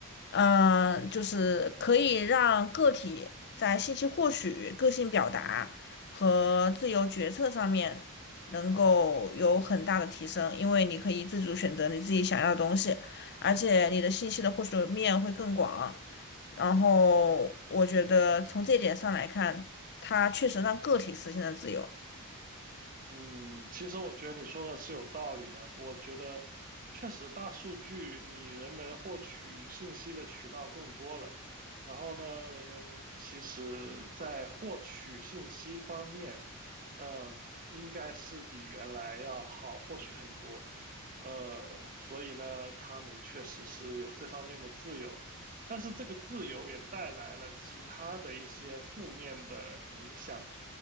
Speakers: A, on the left (about 50°); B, on the right (about 40°).
A: 嗯、呃就是可以让个体在信息获取、个性表达和自由决策上面能够有很大的提升，因为你可以自主选择你自己想要的东西，而且你的信息的获取面会更广。然后我觉得从这一点上来看，它确实让个体实现了自由。
B: 嗯，其实我觉得你说的是有道理的。我觉得确实大数据，你人们获取信息的渠道更多了。然后呢，人们其实在获取信息方面，呃，应该是比原来要好获取很多。呃，所以呢，他们确实是有这方面的自由，但是这个自由也带来了其他的一些负面的影响。